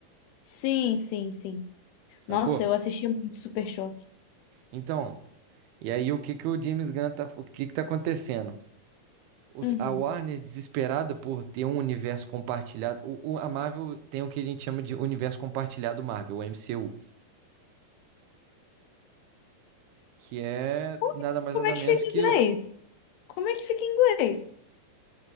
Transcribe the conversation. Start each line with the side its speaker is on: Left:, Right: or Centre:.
Left: Sim, sim, sim.
Right: sacou?
Left: Nossa, eu assistia muito Super Choque.
Right: Então, E aí, o que que o James Gunn tá, o que que tá acontecendo? Os-
Left: Uhum.
Right: A Warner, desesperada por ter um universo compartilhado, o, o- a Marvel tem o que a gente chama de universo compartilhado Marvel, o MCU, que é
Left: Como
Right: nada
Left: é
Right: mais
Left: como
Right: nada
Left: é que
Right: menos
Left: fica em
Right: que
Left: inglês?
Right: o,
Left: Como é que fica em inglês?